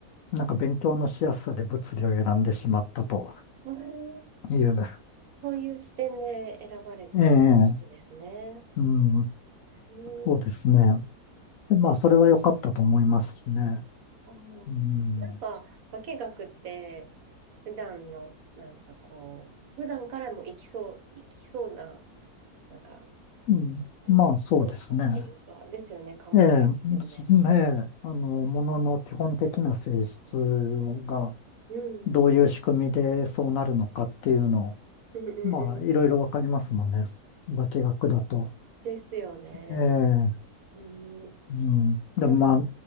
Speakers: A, on the left; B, on the right.
A: なんか勉強のしやすさで物理を選んでしまったと。
B: えー
A: いいよね。
B: そういう視点で選ばれて
A: ええ、
B: るんですね。
A: うん、
B: うん。
A: そうですね。で、まあ、それは良かったと思いますしね。
B: あの
A: うん、
B: なんか、化学って、普段の、なんかこう、普段からも生きそう、生きそうな、なんか、
A: うん、
B: あの、
A: まあ、そうですね。
B: 評価っていうか、ですよね、科目ですよね。
A: ええ、そええ、あの、ものの基本的な性質が
B: うん。
A: どういう仕組みでそうなるのかっていうのを、
B: うんうんうん。
A: まあ、いろいろわかりますもんね。化学だと。
B: ですよね。
A: ええ、
B: うん。
A: うん。で、
B: あ、
A: まあ、